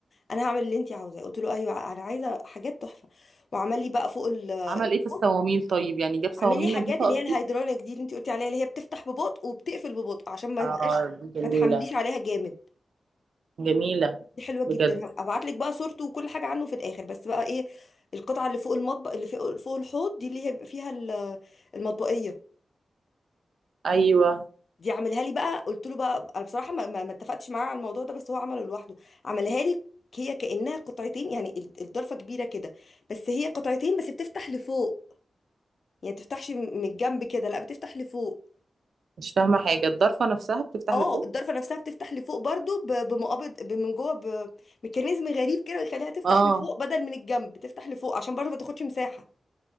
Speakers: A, on the left (about 55°); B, on the right (about 75°).
A: انا هعمل اللي انت عاوزاه قلت له ايوه انا عايزه حاجات تحفه وعمل لي بقى فوق ال- الحوض
B: عمل ايه في الصواميل طيب يعني جاب صواميل
A: عامل لي حاجات
B: نظيفة
A: اللي
B: قصدي
A: هي الهيدرونيك دي اللي انت قلتي عليها اللي هي بتفتح ببطء وبتقفل ببطء عشان ما يبقاش
B: اه دي جميلة
A: ما تحمليش عليها جامد
B: جميلة
A: دي حلوه جدا
B: بجد
A: هبعت لك بقى صورته وكل حاجه عنه في الاخر بس بقى ايه القطعه اللي فوق المطبخ اللي فوق فوق الحوض دي اللي هي بيبقى فيها ال- المطبقيه
B: ايوه
A: دي عاملها لي بقى قلت له بقى انا بصراحه ما, ما ما اتفقتش معاه على الموضوع ده بس هو عمله لوحده عملها لي هي كانها قطعتين يعني ال- الضرفه كبيره كده بس هي قطعتين بس بتفتح لفوق يعني ما بتفتحش من الجنب كده لا بتفتح لفوق
B: مش فاهمة حاجة الضرفة نفسها بتفتح
A: اه
B: لفوق
A: الضرفه نفسها بتفتح لفوق برضو ب- بمقابض ب- من جوه بميكانيزم غريب كده يخليها تفتح
B: اه
A: لفوق بدل من الجنب تفتح لفوق عشان برضو ما تاخدش مساحه